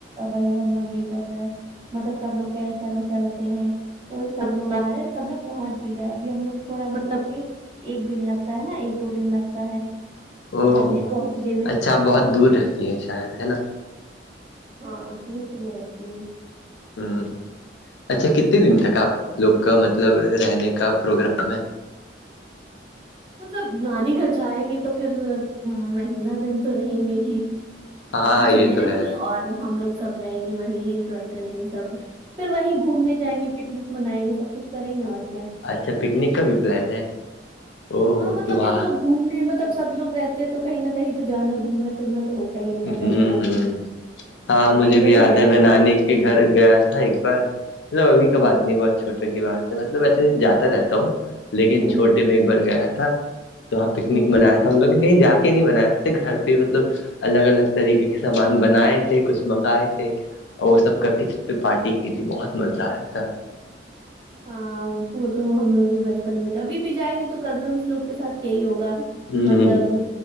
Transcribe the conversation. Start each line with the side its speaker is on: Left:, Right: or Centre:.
Right: وہی ہم لوگ یہ کر رہے ہیں مطلب سب لوگ کہیں چلو چلتے ہیں تو یہ سب لوگ آ رہے ہیں سب لوگ پہنچ بھی گئے ہیں ابھی ہم لوگ تھوڑا مطلب کہ ایک دن لگتا ہے نا ایک دو دن لگتا ہے
Left: او
Right: جانے
Left: ہو
Right: پہنچنے میں
Left: اچھا بہت دور رہتی ہیں شاید ہے نا
Right: ہاں دور تو میں رہتی ہوں
Left: ہوں اچھا کتنے دن تک آپ لوگ کا مطلب رہنے کا پروگرام ہے
Right: مطلب نانی گھر جائیں گے تو پھر مہینہ دن تو رہیں گے ہی
Left: ہاں
Right: ابو
Left: یہ
Right: چلے
Left: تو
Right: جائیں
Left: ہے
Right: گے اور ہم لوگ سب رہیں گے وہیں انجوائے کریں گے سب پھر وہیں گھومنے جائیں گے پکنک منائیں گے سب کچھ کریں گے اور کیا
Left: اچھا پکنک کا بھی پلان ہے او
Right: ہاں مطلب
Left: وہاں
Right: وہ تو گھومنے مطلب سب لوگ رہتے ہیں تو کہیں نہ کہیں تو جانا گھومنا پھرنا تو ہوتا ہی ہے
Left: ہ
Right: پتا ہی ہے آپ
Left: ہ
Right: کو
Left: ہاں
Right: آپ
Left: مجھے
Right: گئے
Left: بھی یاد
Right: ہیں
Left: ہے
Right: آپ
Left: میں نانی کے گھر گیا تھا ایک بار مطلب ابھی کا
Right: ہوں
Left: بات نہیں بہت چھوٹے کی بات ہے مطلب ایسے جاتا رہتا ہوں لیکن
Right: ہوں
Left: چھوٹے میں ایک بار گیا تھا وہاں پکنک
Right: ہوں
Left: منایا تھا ہم لوگ نے کہیں جا کے نہیں بنایا تھے گھر پہ مطلب الگ الگ طریقے کے سامان بنائے تھے کچھ منگائے تھے اور وہ سب کر کے چ پہ پارٹی کی تھی بہت مزہ آیا تھا
Right: ہاں وہ تو ہم لوگ بھی بچپن میں کبھی بھی جائیں گے تو کزنس لوگ کے ساتھ یہی ہوگا
Left: ہ
Right: مطلب